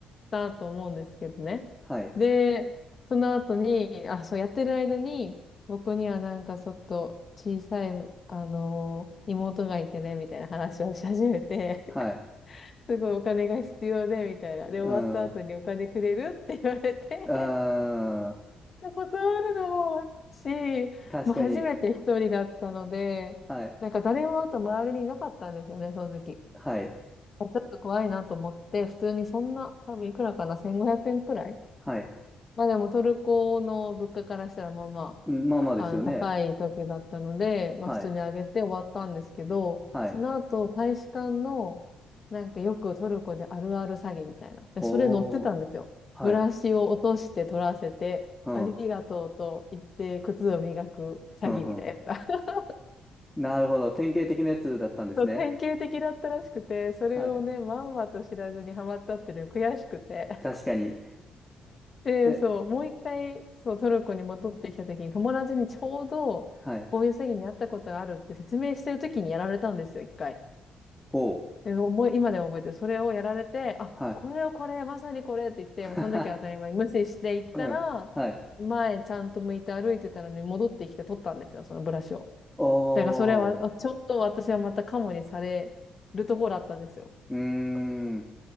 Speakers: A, on the left (about 40°); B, in the centre.
A: たと思うんですけどね。
B: はい。
A: で、その後に、あ、そうやってる間に、僕にはなんかちょっと小さい、あの妹がいてね、みたいな話をし始めて、
B: はい。
A: すごいお金が必要で、みたいな。で、
B: うん。
A: 終わった後にお金くれるって言われて
B: うーん。
A: <laughs> 断るのもし、
B: 確かに。
A: もう初めて一人だったので、
B: はい。
A: なんか誰もあと周りにいなかったんですよね、その時。
B: はい。
A: ちょっと怖いなと思って、普通にそんな、多分いくらかな、1500円くえんくらい。
B: はい。
A: まあでもトルコの物価からしたらまあまあの、
B: うんまあまあですよね。
A: 高い時だったので、まあ普通にあげて終わったんですけど、
B: はい。はい。
A: その後、大使館の、なんかよくトルコであるある詐欺みたいな。
B: ほー。
A: で、それ乗ってたんですよ。
B: はい。
A: ブラシを落として取らせて、
B: うん。
A: ありがとうと言って靴を磨く詐欺みたいな。
B: うん。う
A: <laughs>
B: ん。なるほど。典型的なやつだったんですね。
A: そう、典型的だったらしくて、それをね、
B: はい。
A: まんまと知らずにハマったっていうのが悔しくて。
B: 確かに。
A: で、
B: で、
A: そう、もう一回、そう、トルコに戻ってきた時に、友達にちょうど、
B: はい。
A: こういう詐欺にあったことがあるって説明してる時にやられたんですよ、一回。
B: ほう。
A: で、覚え、今でも覚えてる。それをやられて、あ、
B: はい。
A: これをこれ、まさにこれって言って、
B: <laughs>
A: もうその時は当たり前に無視していったら、
B: うん。はい。
A: 前ちゃんと向いて歩いてたのに戻ってきて取ったんですよ、そのブラシを。
B: おー。
A: だからそれは、あちょうど私はまたカモにされるところだったんですよ。
B: うーん。